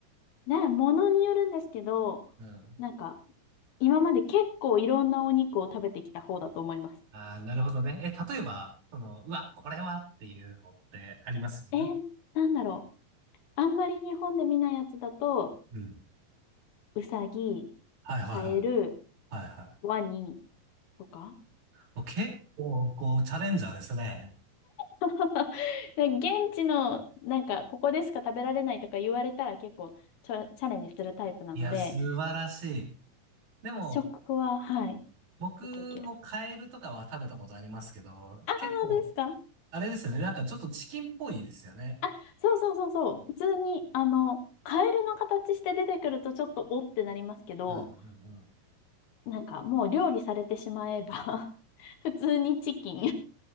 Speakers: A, on the left; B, on the right.
A: ね、ものによるんですけど、
B: ん。
A: なんか、今まで結構いろんなお肉を食べてきた方だと思います。
B: あー、なるほどね。え、例えば、その、うわ、これはっていうのってあります
A: えー、なんだろう。あんまり日本で見ないやつだと、
B: うん。
A: うさぎ、
B: はいはいはい。
A: カエル、
B: はいはい。
A: ワニとか。
B: もう結構、こう、チャレンジャーですね。
A: <laughs> で現地の、なんか、ここでしか食べられないとか言われたら結構チャ、チャレンジするタイプなので、
B: いや、素晴らしい。でも、
A: 食は、はい、
B: 僕もカエルとかは食べたことありますけど、
A: 結構いける。ああ、
B: 結構、
A: 本当ですか
B: あれですよね。なんかちょっとチキンっぽいですよね。
A: あ、そうそうそうそう。普通に、あの、カエルの形して出てくるとちょっとおってなりますけど、
B: うんうんうん。
A: なんかもう料理されてしまえば <laughs> 普通にチキン